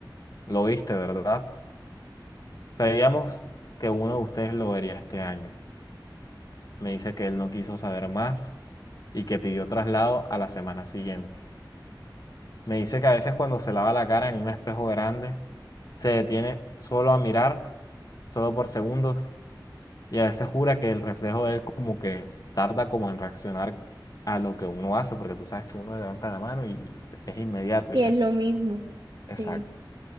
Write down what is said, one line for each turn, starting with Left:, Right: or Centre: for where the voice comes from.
Left: ¿lo viste, verdad? Sabíamos que uno de ustedes lo vería este año. Me dice que él no quiso saber más y que pidió traslado a la semana siguiente. Me dice que a veces cuando se lava la cara en un espejo grande, se detiene solo a mirar, solo por segundos, Y a veces jura que el reflejo de él como que tarda como en reaccionar a lo que uno hace, porque tú sabes que uno levanta la mano y es inmediato
Right: Y
Left: y ya.
Right: es lo mismo. Sí.
Left: Exacto.